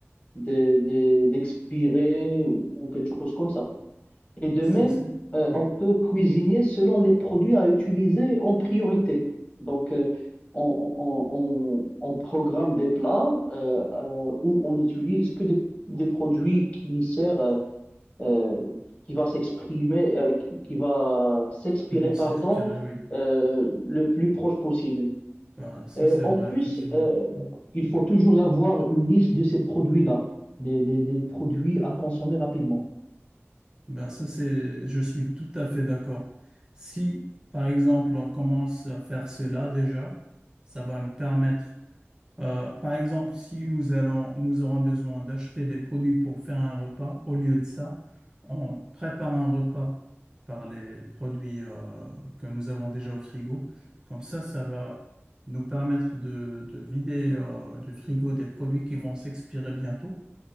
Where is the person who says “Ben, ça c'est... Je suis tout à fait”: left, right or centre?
Right